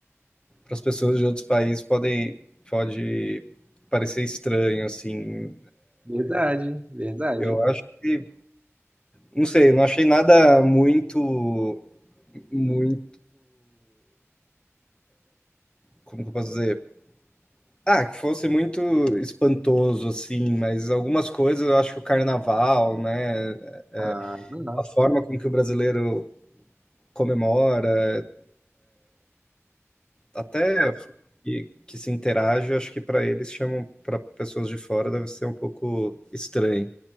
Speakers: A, on the left; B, on the right.
A: as pessoas de outros países podem, pode parecer estranho, assim.
B: Verdade, verdade.
A: Eu acho que, não sei, não achei nada muito, muito como que eu posso dizer? Ah, que fosse muito espantoso, assim, mas algumas coisas eu acho que o carnaval, né? é,
B: Ah, não.
A: a forma como que o brasileiro comemora, até que, que se interage, eu acho que para eles chamam para pessoas de fora deve ser um pouco estranho.